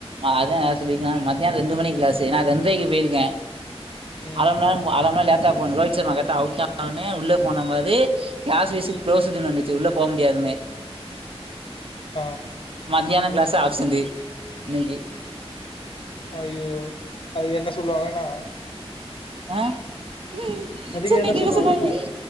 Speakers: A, on the right; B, on the left.
A: அதான் நா சொல்லிருக்கனால மத்தியானம் ரெண்டு மணிக்கு க்லாசு நான் ரெண்டரைக்கு போயிருக்கேன்
B: ம்
A: அர மண் நேரம் அர மண் நேரம் லேட் டா போனா லோஹித் சர்மா கரெக்ட்டா அவுட்டானோனே உள்ள போனே பாரு கிளாஸ் விஸ்
B: ம்
A: க்ளோஸ்டுன்னு வந்துச்சு உள்ள போக முடியாதுன்னு
B: ஆஹ்
A: மத்யானம் க்ளாஸு ஆப்சன்டு இன்னக்கி
B: அய்யோ அது என்ன சொல்லுவாங்கன்னா
A: ஆஹ் ஹூம்
B: அதுக்கு
A: சென்னைக்கு
B: என்ன சொல்லுவாங்களான்னா
A: வர சொல்வாய்ங்க